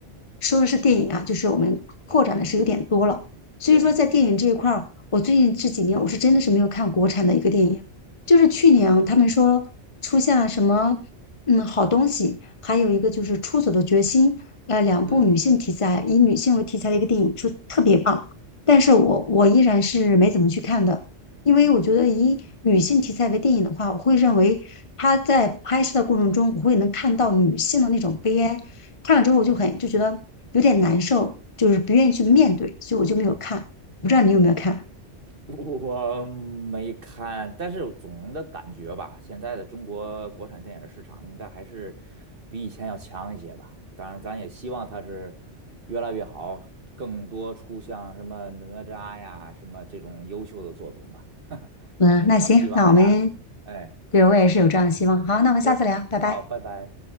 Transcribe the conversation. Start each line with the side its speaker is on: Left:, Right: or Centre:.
Left: 说的是电影啊，就是我们扩展的是有点多了。所以说，
Right: 对，
Left: 在电影这一块儿，我最近这几年我是真的是没有看国产的一个电影，就是去年啊他们说出现了什么嗯好东西，还有一个就是《出走的决心》，呃，两部女性题材，
Right: 嗯
Left: 以女性为题材的一个电影，说特别棒。但是我我依然是没怎么去看的。因为我觉得以女性题材为电影的话，
Right: 嗯。
Left: 我会认为她在拍摄的过程中，我会能看到女性的那种悲哀，看了之后我就很就觉得有点难受，就是不愿意去面对，所以我就没有看。不知道你有没有看？
Right: 我没看，但是总的感觉吧，现在的中国国产电影市场应该还是比以前要强一些吧。当然，咱也希望它是越来越好，更多出像什么哪吒呀、什么这种优秀的作品吧。<laughs> 咱就只能希望这样了。
Left: 嗯，那行，那我们
Right: 哎，
Left: 对我也是有这样的希望。
Right: 行，
Left: 好，那我们下次聊，
Right: 是，
Left: 拜拜。
Right: 好，拜拜。